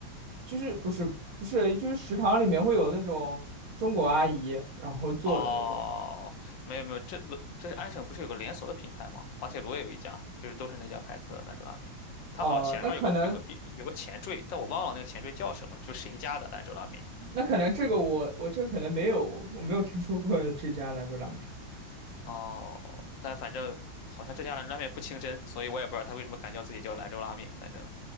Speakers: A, on the right; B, on the left.
A: 就是不是不是，就是食堂里面会有那种中国阿姨，然后做的那种。
B: 哦，没有没有，这这是安省不是有个连锁的品牌吗？滑铁卢也有一家，就是都是那家牌子的兰州拉面。它好前面有个有个有有个前缀，
A: 哦、那可能
B: 但我忘了那个前缀叫什么，就是谁家的兰州拉面。
A: 那可能这个我我这可能没有，我没有听说过这家兰州拉面。
B: 哦，但反正好像这家兰州拉面不清真，所以我也不知道他为什么敢叫自己叫兰州拉面，反正